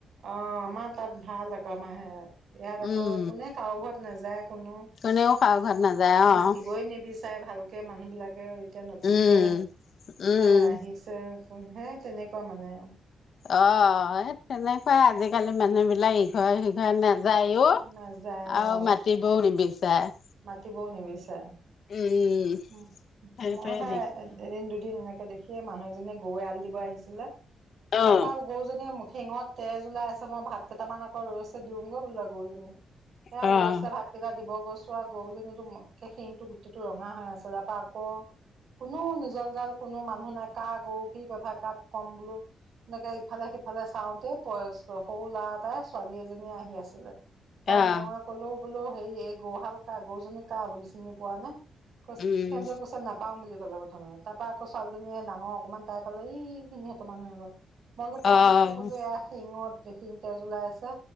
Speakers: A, on the right; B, on the left.
A: অঁ আমাৰ তাত ভাল আকৌ আমাৰে সেয়াত, ইয়াত আকৌ
B: উম
A: কোনে কাৰো ঘৰত নাযায় কোনো।
B: কোনেও কাৰো ঘৰত নাযায় অ'।
A: মাতিবই নিবিচাৰে ভালকে মানুহ বিলাকে। এতিয়া নতুনকে
B: উম, উম।
A: হে আহিছে হে তেনেকুৱা মানে আৰু।
B: অঅ এ তেনেকুৱাই আজিকালি মানুহ বিলাক ইঘৰে সিঘৰে নে- যায়ও
A: নাযায়
B: আৰু
A: অ
B: মাতিবও নিবিচাৰে।
A: মাতিবও নিবিচাৰে।
B: উম, সেইটোৱে
A: মইহে-
B: দিগদাৰ।
A: এদিন দুদিন এনেকে দেখিয়ে মানুহ এজনীয়ে গৰু এয়াল দিব আহিছিলে।
B: অ'।
A: তাপা- গৰুজনীয়ে শিঙত তেজ ওলাই আছে মই ভাত কেইটামান আকৌ ৰৈছো দিওঁগে বোলে গৰুজনী। এয়া
B: অ',
A: ৰইছে ভাতকেইটা দিব গৈছো- চো ৱা গৰুজনী একে শিঙটো গোটেইটো ৰঙা হৈ আছে। তাপা আকৌ- কোনো নিজৰ জাল কোনো মানুহ নাই কা গৰু কি কথা কাক ক'ম বোলো? এনেকে ইফালে সিফালে চাওঁতেই সৰু ল'ৰা এটাই ছোৱালী এজনীয়ে আহি আছিলে। তা
B: অ',
A: মই কলো বোলো হেৰি এই গৰুহাল কা গৰুজনী কাৰ বোলো চিনি পোৱা নে? কছ
B: উম,
A: সিহঁতে কৈছে নাপাওঁ বুলি কলে প্ৰথমে, তাপা আকৌ ছোৱালীজনীয়ে ডাঙৰ অকমান তাই ক'লে এই- সিহঁত মানুহ এঘৰ, মই বোলো কোৱা
B: অ'।
A: গে চোন বোলো এয়া শিঙত শিং তেজ ওলাই আছে।